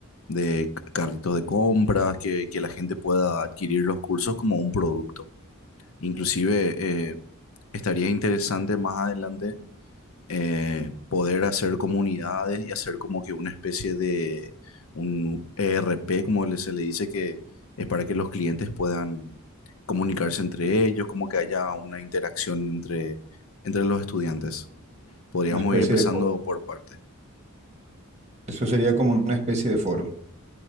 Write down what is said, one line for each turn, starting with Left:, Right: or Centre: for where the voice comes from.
Left: de c- carritos de compras, que, que la gente pueda adquirir los cursos como un producto. Inclusive eh, estaría interesante más adelante eh, poder hacer comunidades y hacer como que una especie de un ERP, como le- se le dice, que es para que los clientes puedan comunicarse entre ellos, como que haya una interacción entre, entre los estudiantes. Podríamos
Right: una especie
Left: ir empezando
Right: de foro.
Left: por parte.
Right: Eso sería como una especie de foro.